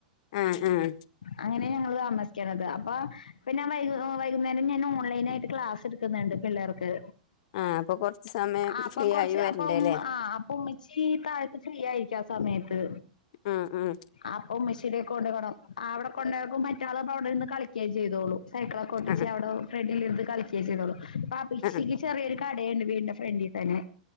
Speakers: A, on the left (about 60°); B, on the left (about 85°).
A: ആഹ് ആഹ്
B: അങ്ങനെ ഞങ്ങള് താമസിക്കനത്. അപ്പൊ പിന്നെ <unintelligible> വൈകുന്നേരം ഞാൻ ഓൺലൈൻ ആയിട്ട് ക്ലാസ് എടുക്കുന്നുണ്ട് പിള്ളേർക്ക്.
A: ആ അപ്പൊ കൊറച്ച് സമയം
B: ആ അപ്പൊ
A: ഫ്രീ
B: കൊറച്ച്
A: ആയി വരണ്ടേല്ലേ
B: അപ്പൊ ഉമ്മ ആ ഉമ്മിച്ചി താഴത്ത് ഫ്രീ ആയിരിക്ക ആ സമയത്ത്
A: ആ ആ
B: അപ്പൊ ഉമ്മച്ചിടെ കൊണ്ടു <unintelligible> അവിടെ കൊണ്ടുക്കും മറ്റേളും അവിടെന്ന് കളിക്കുകേ ചെയ്തോളൂ സൈക്കിള ഒക്കെ ഒട്ടിച്ച്
A: ആ
B: അവിടെ ഫ്രണ്ടിൽ ഇരു കളിക്കുകേ ചെയ്തോളൂ ബാപ്പച്ചിക്
A: ആ
B: ചെറിയൊരു കടയുണ്ട് വീടിന്റെ ഫ്രണ്ടിൽ തന്നെ